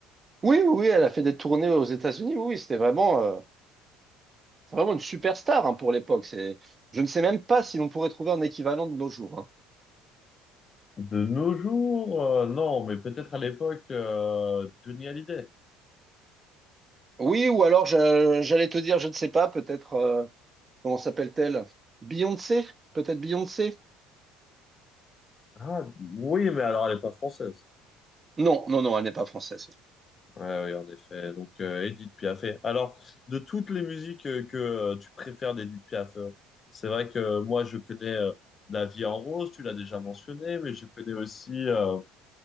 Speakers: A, on the right (about 30°); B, on the left (about 35°).
A: Oui, oui, oui, elle a fait des tournées aux États-Unis. Oui, oui, c'était vraiment, euh, c'est vraiment une superstar hein, pour l'époque. C'est, je ne sais même pas si l'on pourrait trouver un équivalent de nos jours. hein.
B: De nos jours, euh, non, mais peut-être à l'époque, euh, Johnny Hallyday.
A: Oui, ou alors je- j'allais te dire, je ne sais pas, peut-être, euh, comment s'appelle-t-elle? Beyoncé? Peut-être Beyoncé?
B: Ah, oui, mais alors elle n'est pas française.
A: Non, non, non, elle n'est pas française.
B: Ouais, oui, en effet. Donc, euh, Edith Piaf. Alors, de toutes les musiques euh, que euh, tu préfères d'Edith Piaf, euh, c'est vrai que euh, moi, je connais euh, La vie en rose, tu l'as déjà mentionné, mais je connais aussi euh,